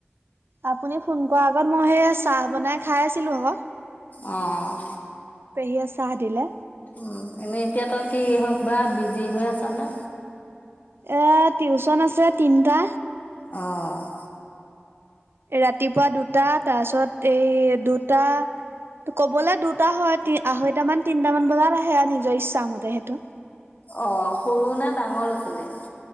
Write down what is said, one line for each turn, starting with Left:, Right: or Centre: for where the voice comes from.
Right: আপুনি ফোন কৰা আগত মই সেই চাহ বনাই খাই আছিলো আকৌ।
Left: অঁ
Right: পেহীয়ে চাহ দিলে।
Left: উম এনেই এতিয়া তই কি হওঁক বা বিজি হৈ আছ নে?
Right: এ টিউচন আছে তিনটা।
Left: অ'
Right: ৰাতিপুৱা দুটা তাৰ পিছত এই দুটা। ত ক'বলৈ দুটা হয় আঢ়ৈটামান তিনটামান বজাত আহে আৰু নিজৰ ইচ্ছা মতে সেইটো।
Left: অঁ সৰু নে ডাঙৰ ল'ৰা ছোৱালী?